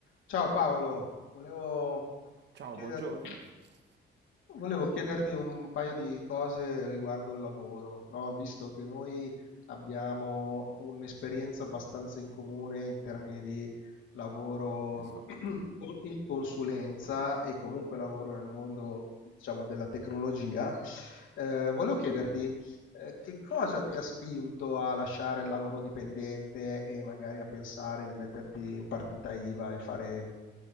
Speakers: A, on the left (about 75°); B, on the right (about 60°).
A: Ciao Paolo, volevo
B: Ciao,
A: chiederti,
B: buongiorno.
A: un- volevo chiederti un paio di cose riguardo il lavoro, no? Visto che noi abbiamo un'esperienza abbastanza in comune in termini di lavoro
B: Esatto.
A: <clears throat> in consulenza e comunque lavoro nel mondo, diciamo, della tecnologia, eh, volevo chiederti eh, che cosa ti ha spinto a lasciare il lavoro dipendente e magari a pensare di metterti in partita IVA e fare